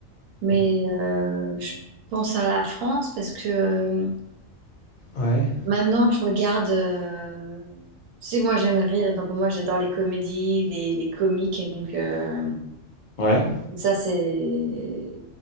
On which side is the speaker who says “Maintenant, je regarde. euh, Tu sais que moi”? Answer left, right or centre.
Right